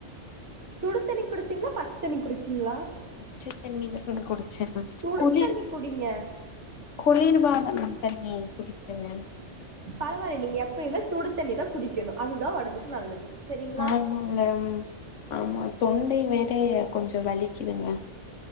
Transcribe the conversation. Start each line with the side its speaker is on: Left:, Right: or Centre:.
Right: சுடு தண்ணி குடிச்சீங்ளா பச்ச தண்ணி குடிச்சீங்ளா
Left: பச்ச தண்ணி தா குடிச்சே
Right: சுடு
Left: குளிர்
Right: தண்ணி குடிங்க
Left: குளிர் பான <inaudible> தண்ணி புடிக்குங்க
Right: பரவால்ல நீங்க எப்பயுமே சுடு தண்ணி தா குடிக்கணு அதுதா ஒடம்புக்கு நல்லது சரிங்களா
Left: ஆமாங்க ஆமா தொண்டை வே ற கொஞ்சோ வலிக்கிதுங்க